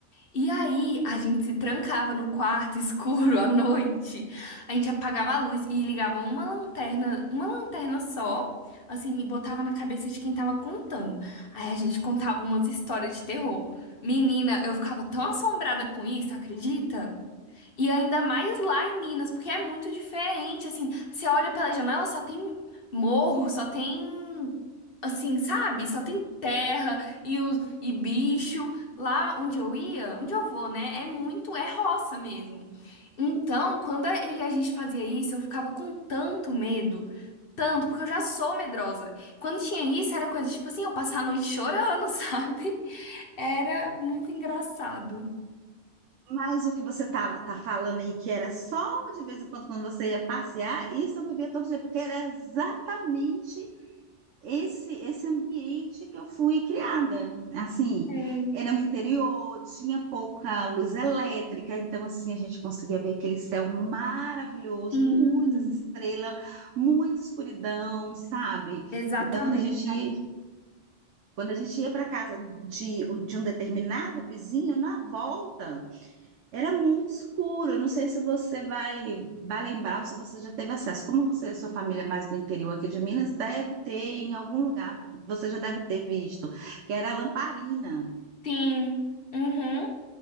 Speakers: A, on the left; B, on the right.
A: E aí a gente se trancava no quarto <laughs> escuro à noite. A gente apagava a luz e ligava uma lanterna, uma lanterna só, assim, e botava na cabeça de quem tava contando. Aí a gente contava umas histórias de terror. Menina, eu ficava tão assombrada com isso, acredita? E ainda mais lá em Minas, porque é muito diferente, assim, você olha pela janela, só tem morro, só tem, assim, sabe? Só tem terra e, o, e bicho. Lá onde eu ia, onde eu vou, né? É muito, é roça mesmo. Então, quando a- ele, a gente fazia isso, eu ficava com tanto medo, tanto, porque eu já sou medrosa. Quando tinha isso, era coisa, tipo assim, eu passar a noite chorando, <laughs> sabe? Era muito engraçado.
B: Mas o que você estava tá falando aí, que era só de vez em quando, quando você ia passear, isso eu vivia todo dia, porque era exatamente esse esse ambiente que eu fui criada. Assim,
A: É.
B: era no interior, tinha pouca luz elétrica, então, assim, a gente conseguia ver aquele céu maravilhoso,
A: Sim.
B: muitas estrelas, muita escuridão, sabe?
A: Exatamente.
B: Então, quando a gente ia, quando a gente ia para casa de, de um determinado vizinho, na volta. Era muito escuro. Eu não sei se você vai, vai lembrar ou se você já teve acesso. Como você e sua família é mais do interior aqui de Minas, deve ter em algum lugar, você já deve ter visto, que era a lamparina.
A: Sim. Uhum.